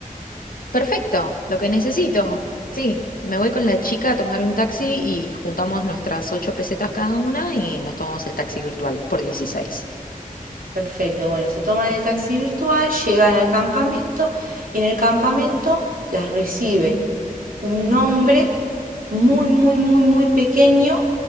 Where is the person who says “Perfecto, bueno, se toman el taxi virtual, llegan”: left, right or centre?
Right